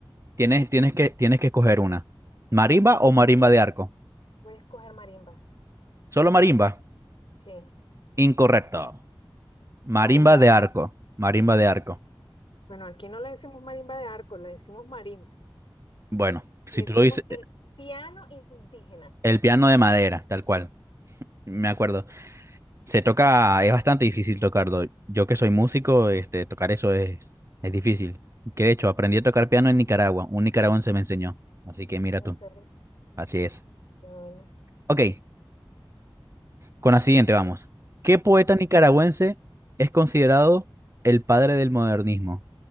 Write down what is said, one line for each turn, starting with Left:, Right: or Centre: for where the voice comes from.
Right: tienes, tienes que, tienes que escoger una. ¿Marimba
Left: Bueno,
Right: o marimba
Left: voy a escoger,
Right: de arco?
Left: voy a escoger marimba.
Right: Solo marimba.
Left: Sí,
Right: Incorrecto. Marimba
Left: marimba
Right: de
Left: de
Right: arco,
Left: arco.
Right: marimba de arco.
Left: Bueno, aquí no le decimos marimba de arco, le decimos marimba.
Right: Bueno, si
Left: Le decimos
Right: tú lo dices,
Left: el piano indígena.
Right: el piano de madera, tal cual, me acuerdo. Se toca, es bastante difícil tocarlo. Yo que soy músico, este, tocar eso es, es difícil. Que de hecho, aprendí a tocar piano en Nicaragua, un nicaragüense me enseñó. Así que mira
Left: En
Right: tú,
Left: serio,
Right: así es.
Left: qué bueno.
Right: Ok, con la siguiente vamos. ¿Qué poeta
Left: Ok.
Right: nicaragüense es considerado el padre del modernismo?